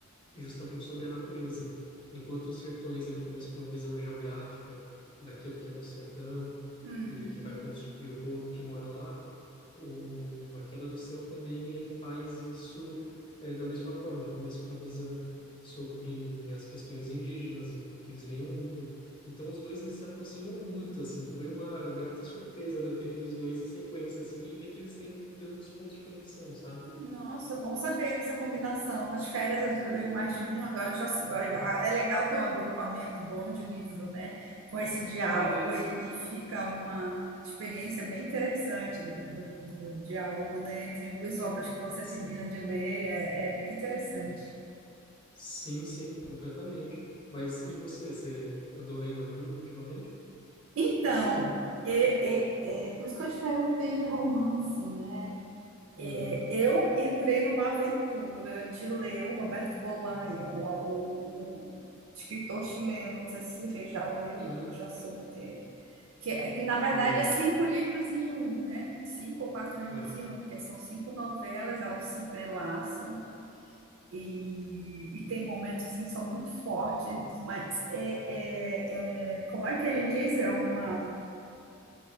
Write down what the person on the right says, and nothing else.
Uhum.
Nossa, bom saber dessa combinação. Nas férias a gente leu mais de um, agora já se vai. É legal ter um agrupamento bom de livro, né? Com esse diálogo
e, e fica uma experiência bem interessante do, do- do diálogo, né? Entre duas obras que você termina
de ler, é, é bem interessante.
Então, é, é- é por isso que eu te perguntei de romance, né?
É, eu entrei numa aventura de ler o Roberto Bolanho, o, o- o escritor chileno. Não sei se você já leu
ou já soube dele. Que, é- que na verdade
é cinco livros em um, né? Cinco ou quatro livros
em um, que são cinco novelas, elas se entrelaçam e, e tem momentos assim que são muito fortes, mas é, é, é, como é que ele diz? É uma